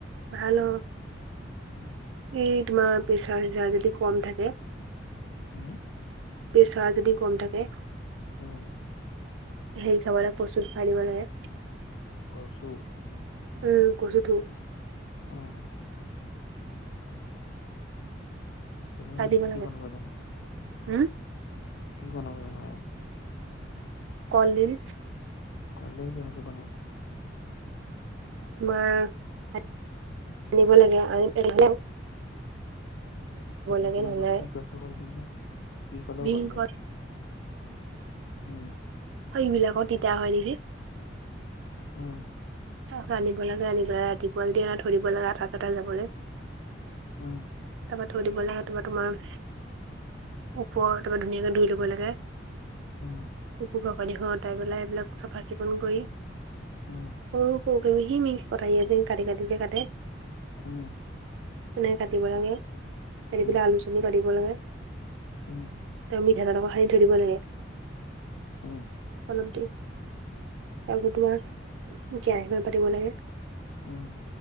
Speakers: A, on the right; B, on the left.
A: ভাল অ
B: <inaudible>
A: এই তোমাৰ প্ৰেছাৰ চেচাৰ যদি কম থাকে
B: হুম
A: পেছাৰ যদি কম থাকে।
B: ওম
A: হেৰি খাব লাগে, কচুৰ খোৱাই দিব লাগে।
B: কচু
A: উম, কচু থু
B: অহ তুমি
A: খাই
B: এনে
A: দিব
B: কি
A: লাগে,
B: কি বনাব জানা
A: হম
B: কি বনাব জান আৰু
A: কলদিল
B: কলডিল কেনেকে বনাই
A: মাৰ আনিব লাগে আৰু আনি পেলাই
B: কলডিল
A: লাগে
B: কেনেকুৱা
A: নহ'লে
B: কি কছুৰ কলডিল বা কি কলৰ
A: ভীমকল
B: কলডিল? ওম
A: অ, এইবিলাক তিতা হয় নিকি?
B: উম,
A: অ, আনিব লাগে আনিবা ৰাতিপুৱা যদি আ ধৰিব লাগে আধা কাটা যাব যে।
B: উম,
A: তাৰপা থৈ দিব লাগে তোমা-তোমাৰ ওপৰ তাৰমানে ধুনিয়া কে ধুই ল'ব লাগে।
B: উম,
A: উপো বাকলিখন অটাই পেলাই এইবিলাক চাফা চিকুণ কৰি
B: উম,
A: কৰ- কৰ <unintelligible> কাটি -কাটি যে কাটে।
B: উম,
A: তেনেকে কাটিব লাগে <unintelligible>
B: উম,
A: আলু -চালু কাটিব লাগে।
B: উম,
A: ত' মিঠাতেল অক খানি থৈ দিব লাগে।
B: উম,
A: কলমটো আজি তোমাক জীয়া ইমান পাতিব লাগে।
B: উম,